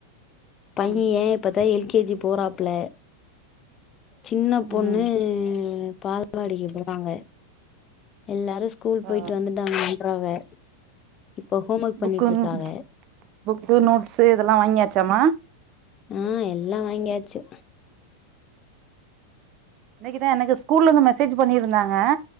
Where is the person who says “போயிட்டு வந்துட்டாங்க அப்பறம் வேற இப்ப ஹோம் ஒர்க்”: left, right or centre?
Left